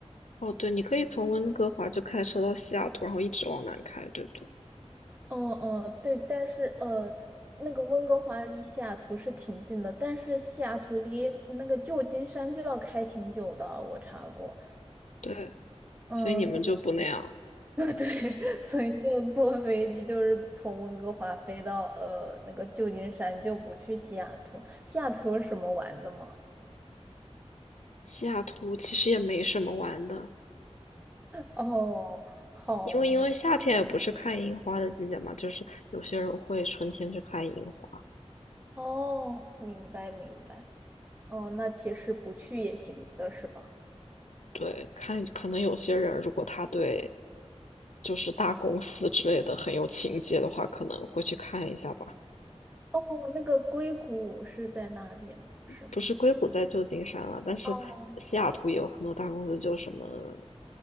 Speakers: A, on the left; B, on the right.
A: 哦，对，你可以从温哥华就开车到西雅图，然后一直往南开，对不对？
B: 嗯嗯，对，但是呃，那个温哥华离西雅图是挺近的，但是西雅图离那个旧金山就要开挺久的，我查过。
A: 对，
B: 嗯，
A: 所以你们就不那样。
B: 所以 <laughs> 对，所以就坐飞机，就是从温哥华飞到呃那个旧金山，就不去西雅图。西雅图有什么玩的吗？
A: 西雅图其实也没什么玩的，
B: 哦，好明，
A: 因为因为夏天也不是看樱花的季节嘛，就是有些人会春天去看樱花。
B: 哦，明白明白。哦，那其实不去也行的是吧？
A: 对，看可能有些人如果他对就是大公司之类的很有情节的话，可能会去看一下吧。
B: 哦，那个硅谷是在那边是吗？
A: 不是硅谷在旧金山了，但是西雅图也有很多大公司，
B: 哦
A: 就什么